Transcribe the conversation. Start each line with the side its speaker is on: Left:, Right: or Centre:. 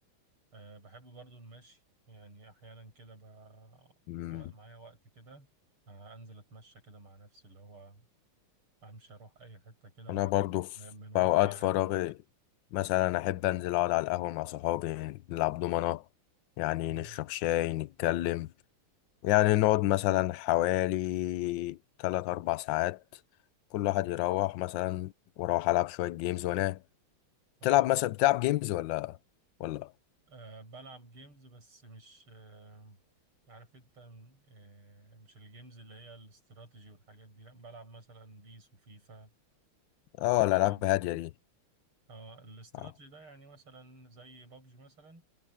Right: أه بحب برضو المشي يعني أحيانا كده ب...
Left: مم.
Right: وق- معايا وقت كده أه أنزل أتمشى كده مع نفسي اللي هو أمشي أروح أي حتة كده
Left: أنا
Right: وأرجع
Left: برضو في
Right: م- من غير
Left: في أوقات
Right: أي
Left: فراغي
Right: هدف
Left: مثلا أحب أنزل أقعد على القهوة مع صحابي نلعب دومنة يعني
Right: مم.
Left: نشرب شاي نتكلم يعني نقعد مثلا حوالي تلات أربع ساعات كل واحد يروح مثلا وأروح ألعب شوية جيمز وأنام
Right: أه
Left: تلعب مثلا بتلعب جيمز ولا ولا
Right: أه بلعب جيمز بس مش أه عارف أنت م- أه مش الجيمز اللي هي الاستراتيجي والحاجات دي لأ بلعب مثلا بيس وفيفا
Left: اه
Right: والحاجات
Left: الألعاب
Right: دي
Left: هادية دي
Right: اه الاستراتيجي
Left: آه.
Right: ده يعني مثلا زي بابجي مثلا